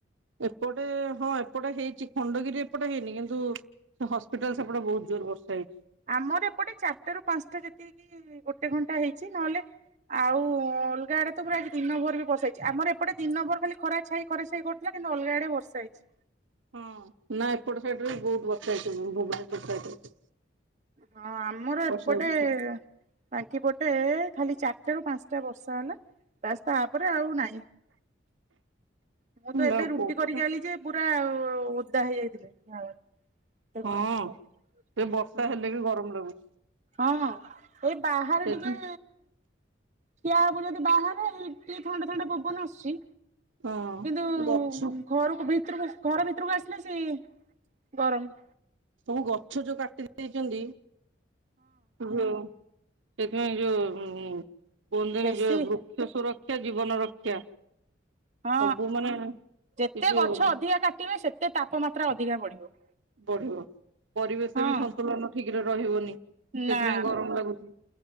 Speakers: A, on the right; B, on the right.
A: ଏପଟେ ହଁ ଏପଟେ ହେଇଛି ଖଣ୍ଡଗିରି ଏପଟେ ହେଇନି କିନ୍ତୁ ସେ ହସ୍ପିଟାଲ ସେପଟେ ବହୁତ ଜୋର ବର୍ଷା ହେଇଛି।
B: ଆମର ଏପଟେ ଚାରିଟା ରୁ ପାଞ୍ଚଟା ଯେତିକି ଗୋଟେ ଘଣ୍ଟା ହେଇଛି ନହେଲେ ଆଉ ଅଲଗା ଆଡେ ତ ପୁରା ଆଜି ଦିନ ଭର ବି ବର୍ଷା ହେଇଛି ଆମର ଏପଟେ ଦିନ ଭର ଖାଲି ଖରା ଛାଇ ଖରା ଛାଇ କରୁଥିଲା କିନ୍ତୁ ଅଲଗା ଆଡେ ବର୍ଷା ହେଇଛି।
A: ହଁ ନା ଏପଟ ସାଇଡରେ ବି ବହୁତ ବର୍ଷା ହେଇଛି ଭୁବନେଶ୍ୱର ସାଇଡରେ।
B: ହଁ ଆମର
A: ବର୍ଷା
B: ଏପଟେ
A: ହେଇଛି।
B: ବାଙ୍କିପଟେ ଖାଲି ଚାରିଟା ରୁ ପାଞ୍ଚଟା ବସ ଶା ହେଲା। ରାସ୍ତା ୟା ପରେ ଆଉ ନହିଁ। ମୁଁ ତ
A: ଲୋ
B: ଏବେ ରୁଟି
A: କୋଉପଟେ
B: କରିକି ଆଇଲି ଯେ ପୁରା ଓଦା ହେଇଯାଇଥିଲି ଏତେ
A: ହଁ
B: ଗରମ
A: ସେ ବର୍ଷା ହେଲେ ବି ଗରମ ଲାଗୁଛି।
B: ହ ହଁ ଏ ବାହାରେ
A: ସେଇଥି
B: ଟିକେ ଠିଆ ହବୁ ଯଦି ବାହାରେ ହେଇ ଟିକେ ଥଣ୍ଡା ଥଣ୍ଡା ପବନ ଆସୁଛି।
A: ହଁ
B: କିନ୍ତୁ
A: ଗଛ
B: ଘରକୁ ବି ଘର ଭିତରକୁ ଆସିଲେ ସେଇ ଗରମ।
A: ସବୁ ଗଛ ଯୋଉ କାଟି ଦେଇେଇଛନ୍ତି। ହଁ। ସେଇଥି ପାଇଁ ଯଉ କୁହଁନ୍ତିନି
B: ବେଶୀ
A: ଯଉ ବୃକ୍ଷସୁରକ୍ଷା ସେ ଜୀବନ ରକ୍ଷା।
B: ହଁ
A: ସବୁ ମାନେ
B: ଯେତେ
A: ଏ ଯୋଉ
B: ଗଛ ଅଧିକା କାଟିବେ ସେତେ ତାପମାତ୍ରା ଅଧିକା ବଢିବ।
A: ବଢିବ ପରିବେଶ
B: ହଁ
A: ବି ସନ୍ତୁଳନ ଠିକ ରେ ରହିବନି ସେଥିପାଇଁ
B: ନା
A: ଗରମ ଲାଗୁଛି